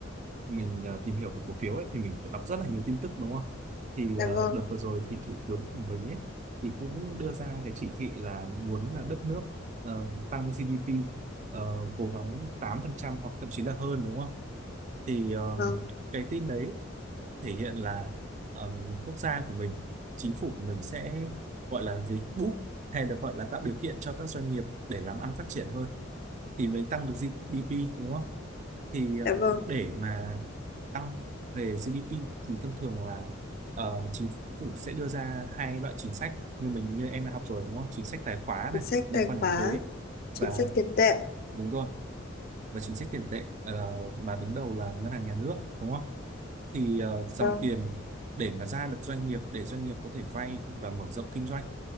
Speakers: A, on the right; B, on the left.
A: mình ờ, tìm hiểu về cổ phiếu ấy thì mình phải đọc rất là nhiều tin tức đúng không? Thì
B: dạ
A: ờ,
B: vâng
A: đợt vừa rồi thì thủ tướng của mình ấy thì cũng đưa ra cái chỉ thị là muốn là đất nước ờ, tăng GDP ờ, cố gắng 8% hoặc thậm chí là hơn đúng không? Thì ờ,
B: vâng
A: cái tin đấy thể hiện là ờ, quốc gia của mình, chính phủ của mình sẽ gọi là gì? Boost hay được gọi là tạo điều kiện cho các doanh nghiệp để làm ăn phát triển hơn thì mới tăng được GDP đúng không? Thì ờ,
B: dạ vâng
A: để mà tăng về GDP thì thông thường là ờ, chính phủ sẽ đưa ra hai loại chính sách như mình như em đã học rồi đúng không? Chính sách tài khóa
B: chính
A: này
B: sách
A: liên
B: tài
A: quan đến
B: khóa
A: thuế
B: chính
A: và
B: sách tiền tệ
A: đúng rồi và chính sách tiền tệ ờ, mà đứng đầu là ngân hàng nhà nước đúng không? Thì ờ, dòng
B: vâng
A: tiền để mà ra được doanh nghiệp để doanh nghiệp có thể vay và mở rộng kinh doanh